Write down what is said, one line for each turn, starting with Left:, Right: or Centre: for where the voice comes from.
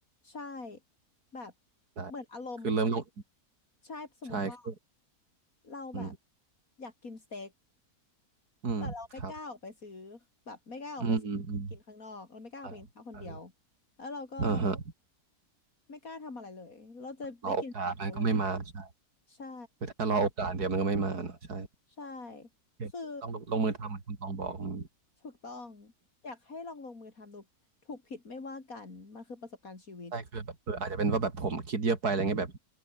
Left: ใช่แบบ
Right: ได้
Left: เหมือนอารมณ์
Right: คือเริ่มลง
Left: ใช่สมมติว่า
Right: ใช่คือ
Left: เราแบบ
Right: อืม
Left: อยากกินสเต็ก
Right: อืมครับ
Left: แต่เราไม่กล้าออกไปซื้อแบบไม่กล้าออกไปซื้อกินข้างนอกเราไม่กล้าออกไปกินข้าวคนเดียว
Right: อืมอืม เอ่าเออ
Left: แล้วเราก็
Right: อ่าฮะ
Left: ไม่กล้าทำอะไรเลยเราจะได้กินสเต็กในวันนี้
Right: รอโอกาสมันก็ไม่มาใช่
Left: ใช่
Right: คือถ้ารอโอกาสเดี๋ยวมันก็ไม่มาเนอะใช่
Left: ใช่
Right: โอเคต้องลงลงมือทำเหมือนคุณตองบอกอืม
Left: คือถูกต้องอยากให้ลองลงมือทำดูถูกผิดไม่ว่ากันมันคือประสบการณ์ชีวิต
Right: ใช่คือแบบเอออาจจะเป็นว่าแบบผมคิดเยอะไปอะไรเงี้ยแบบ